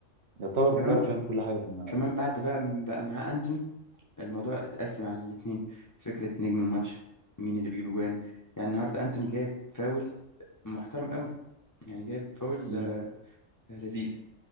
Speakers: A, on the right (about 65°); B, on the left (about 25°).
A: يعتبر
B: كمان
A: بيعرف يعمل كل حاجة في الملعب
B: كمان بعد بقى بقى معاه انتوني الموضوع اتقسم على الاثنين فكره نجم الماتش مين اللي بيجيب اجوان يعني النهارده انتوني جايب فاول محترم قوي يعني جايب فاول
A: مم.
B: آه، آه، لذيذ